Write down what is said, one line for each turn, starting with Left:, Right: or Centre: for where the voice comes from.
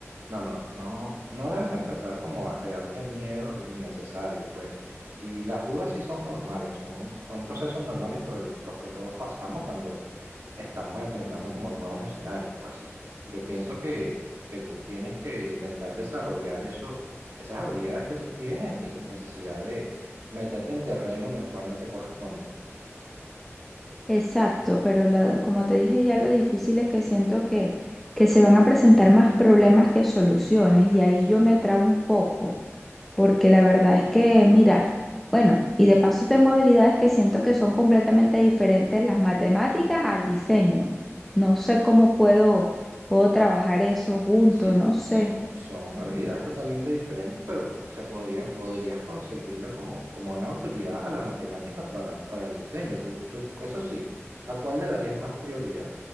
Right: No, no, no, no debes empezar como a crearte miedos innecesarios, pues. Y las dudas sí son normales, son, son procesos normales por el- los que todos pasamos cuando estamos enfrentando como nuevos escenarios, pues. Yo pienso que, que tú tienes que intentar desarrollar esos, esas habilidades que tú tienes sin necesidad de meterte en terreno en el cual no te corresponde, pues.
Centre: Exacto, pero la- como te dije ya, lo difícil es que siento que, que se van a presentar más problemas que soluciones y ahí yo me trabo un poco. porque la verdad es que, mira, bueno, y de paso tengo habilidades que siento que son completamente diferentes las matemáticas al diseño. No sé cómo puedo, puedo trabajar eso junto,
Right: Sí,
Centre: no sé.
Right: son, son habilidades totalmente diferentes, pero, o sea, podría, podrías conseguirle como, como una utilidad a las matemáticas para, para el diseño. Tú, tú, eso sí, ¿a cuál le darías más prioridad?